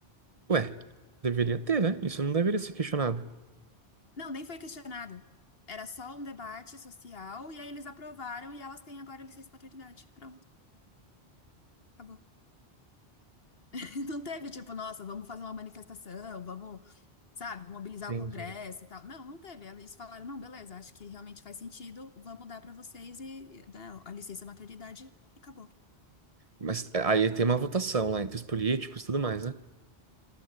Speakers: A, on the right; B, on the left.
A: Ué, deveria ter, né? Isso não deveria ser questionado.
B: Não, nem foi questionado. Era só um debate social e aí eles aprovaram e elas têm agora licença maternidade. Pronto, acabou. <laughs> Não teve tipo, nossa, vamos fazer uma manifestação, vamos. sabe, mobilizar
A: Entendi.
B: o Congresso e tal. Não, não teve. Eles falaram, não, beleza, acho que realmente faz sentido, vamos dar para vocês e né, a licença maternidade e acabou.
A: Mas eh, aí tem uma votação lá entre os políticos e tudo mais, né?